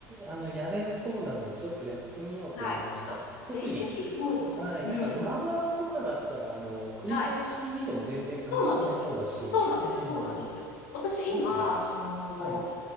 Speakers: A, on the right; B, on the left.
A: あの、やれそうなので、ちょっとやってみようって思いました。
B: はい。あ、
A: 特に、
B: ぜひぜひ、もう、
A: はい、なんかドラマとかだったら、
B: うん。
A: あの、繰り返し見ても全然楽しめそうだし、
B: はい。そうなんですよ。そうなんです。
A: え
B: そうなんですよ。
A: え
B: 私今、
A: ですよね。
B: その、
A: はい、